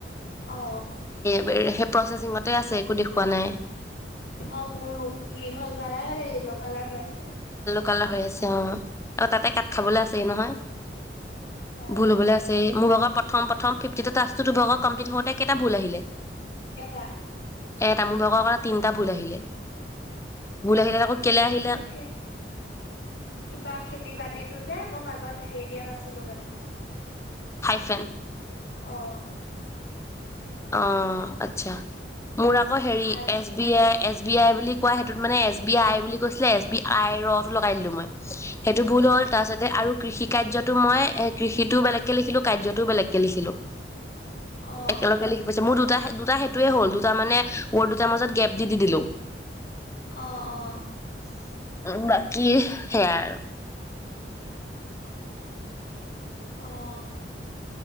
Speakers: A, on the left; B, on the left.
A: অহ।
B: সেই প্ৰচেচিঙতে আছে একো দেখুওা নাই।
A: অ' মোৰো গ্ৰীণ হৈ যোৱা <unintelligible> কালাৰহে আছে।
B: কালা হৈ আছে অ 'আৰু তাতে কাত খাবলৈ আছে নহয়।
A: অ
B: ভুল হবলৈ আছে মোৰ <unintelligible> প্ৰথম- প্ৰথম ফিফটত কমপ্লিট হওঁতে কেইটা ভুল আহিলে?
A: এটা।
B: এতা মোভাগ আৰু তিনিটা ভুল আহিলে। ভুল আহিলে আকৌ কেলে আহিল
A: হে কি বঘ খেতি? ৰাতিটো যে মই মাজত হেৰি দিয়া নাছিলো মানে
B: হাইফেন
A: অ।
B: আহ ', আচ্ছা। মোৰ আকৌ হেৰি
A: আৰ
B: S B I S B I বুলি কোৱা সেইটোতত মানে এছ বি আই বুলি কৈছিলে এছ বি আইৰ ৰটো লগাই দিলো মই। সেইটো ভুল হ'ল
A: অ
B: তাৰছতে আৰু কৃষি কাৰ্যটো মই এ কৃষিটোও বেলেগকে লিখিলো কাৰ্যটোও বেলেগকে লিখিলো।
A: অ
B: <unintelligible> মোৰ দুটা দুটা সেইটোৱে হ'ল দুটা মানে ৱৰ্ড দুটাৰ মাজত গেপ দি দিলো।
A: অ অ
B: উ ', বাকী সেয়া আৰু।
A: অহ।